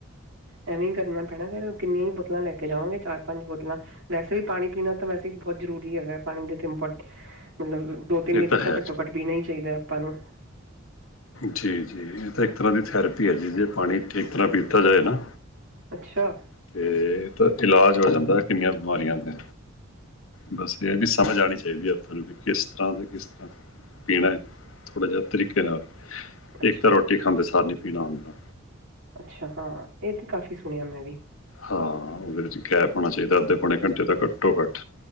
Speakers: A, on the right (about 60°); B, on the left (about 75°).
A: ਐਵੇਂ ਈ ਕਰਨਾ ਪੈਣਾ ਫੇਰ, ਕਿੰਨੀਆਂ ਹੀ ਬੋਤਲਾਂ ਲੈ ਕੇ ਜਾਵਾਂਗੇ, ਚਾਰ, ਪੰਜ ਬੋਤਲਾਂ। ਵੈਸੇ ਵੀ, ਪਾਣੀ ਪੀਣਾ ਤਾਂ ਵੈਸੇ ਹੀ, ਬਹੁਤ ਜਰੂਰੀ ਹੈਗਾ। ਪਾਣੀ ਦੇ ਇਮਪਟ, ਮਤਲਬ ਦੋ, ਤਿੰਨ
B: ਇਹ
A: ਲੀਟਰ ਤਾਂ,
B: ਹੈ
A: ਘੱਟੋ
B: ਜੀ
A: -ਘੱਟ ਪੀਣਾ ਹੀ ਚਾਹੀਦਾ, ਆਪਾਂ ਨੂੰ।
B: ਜੀ -ਜੀ ਇਹ ਤਾਂ, ਇੱਕ ਤਰ੍ਹਾਂ ਦੀ ਥੈਰੇਪੀ ਹੈ, ਜੀ ਜੇ ਪਾਣੀ ਠੀਕ ਤਰ੍ਹਾਂ ਪੀਤਾ ਜਾਏ ਨਾ।
A: ਅੱਛਾ।
B: ਤੇ, ਤਾਂ ਇਲਾਜ ਹੋ ਜਾਂਦਾ, ਕਿੰਨੀਆਂ ਬਿਮਾਰੀਆਂ ਦਾ। ਬਸ ਇਹ ਹੈ ਵੀ, ਸਮਝ ਆਉਣੀ ਚਾਈਦੀ ਏ, ਆਪਾਂ ਨੂੰ ਵੀ। ਇਸ ਤਰ੍ਹਾਂ ਤੇ, ਇਸ ਤਰ੍ਹਾਂ ਪੀਣਾ ਹੈ, ਥੋੜ੍ਹਾ ਜਿਹਾ ਤਰੀਕੇ ਨਾਲ।
A: ਅੱਛਾ
B: ਇੱਕ ਤਾਂ, ਰੋਟੀ ਖਾਂਦੇ ਸਾਰ ਨੀ, ਪੀਣਾ ਹੁੰਦਾ।
A: ਅੱਛਾ, ਹਾਂ, ਇਹ ਤੇ, ਕਾਫ਼ੀ ਸੁਣਿਆ ਮੈਂ ਵੀ।
B: ਹਾਂ, ਉਹਦੇ ਵਿੱਚ ਗੈਪ ਚਾਹੀਦਾ, ਅੱਧੇ -ਪੌਣੇ ਘੰਟੇ ਦਾ ਘੱਟੋ ਘੱਟ।